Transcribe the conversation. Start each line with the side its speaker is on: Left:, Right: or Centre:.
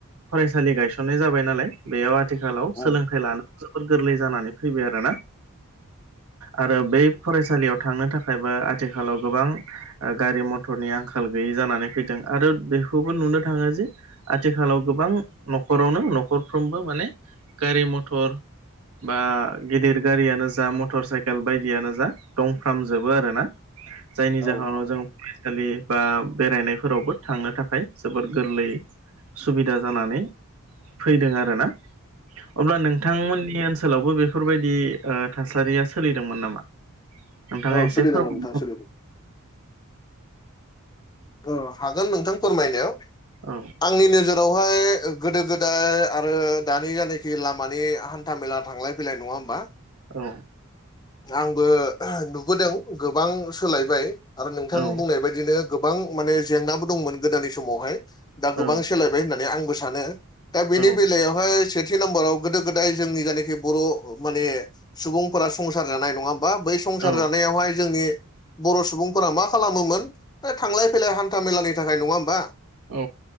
Right: फरायसालि गायसननाय जाबाय नालाय बेयाव आथिखालाव
Left: औ
Right: सोलोंथाइ लानो जोबोर गोरलै जानानै फैबाय आरो ना आरो बै फरायसालियाव थांनो थाखायबो आथिखालाव गोबां ओ गारि मथरनि आंखाल गैयि जानानै फैदों आरो बेखौबो नुनो थाङो जे- आथिखालाव गोबां न'खरावनो न'खरफ्रोमबो माने गारि मथर बा गिदिर गारियानो जा मटर साइकेल बायदियानो जा दंफ्रामजोबो आरोना। जायनि जाहोनाव
Left: औ औ
Right: जों फरायसालि बा बेरायनायफोरावबो थांनो थाखाय जोबोद गोरलै सुबिदा जानानै फैदों आरोना। अब्ला नोंथांमोननि ओनसोलावबो बेफोरबायदि ओ थासारिया सोलिदोंमोन नामा? नोंथाङा
Left: औ
Right: एसे
Left: सोलिदोंमोन
Right: फोर <unintelligible>
Left: नोंथां सोलिदों ओ हागोन नोंथां फोरमायनायाव
Right: औ
Left: आंनि नोजो रावहाय गोदो गोदाय आरो दानि जायानखि लामानि हान्था मेला थांलाय फैलाय नङा होमबा?
Right: औ
Left: आंबो नुबोदों गोबां सोलायबाय आरो नोंथां
Right: औ
Left: बुंनाय बायदि नो गोबां माने जेंनाबो दंमोन गोदोनि समावहाय दा गोबां
Right: औ
Left: सोलायबाय होननानै आंबो सानो। दा बेनि
Right: औ
Left: बेलायावहाय सेथि नाम्बाराव गोदो गोदाय जोंनि जायनाखि बर' माने सुबुंफोरा संसार जानाय नङा बा बै संसार
Right: औ
Left: जानायावहाय जोंनि बर'सुबुंफोरा मा खालामोमोन हो थांलाय फैलाय हान्था मेलानि थाखाय नङा होमबा
Right: औ